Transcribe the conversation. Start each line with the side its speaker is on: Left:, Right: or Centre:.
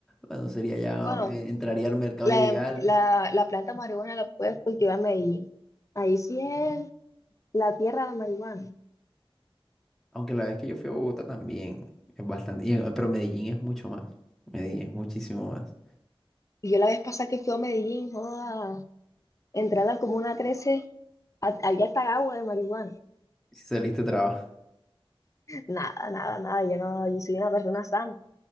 Centre: Bueno, sería ya,
Left: Bueno,
Centre: eh, entraría al mercado
Left: La,
Centre: ilegal.
Left: la, la planta de marihuana la puedes cultivar en Medellín. Ahí sí es la tierra de la marihuana.
Centre: Aunque la vez que yo fui a Bogotá también es bastante, y en- pero Medellín es mucho más. Medellín es muchísimo más.
Left: Y yo la vez pasada que fui a Medellín, joda, entré a la Comuna trece a- allá está agua de marihuana.
Centre: Si saliste trabajo,
Left: Nada, nada, nada, yo no, yo soy una persona sana.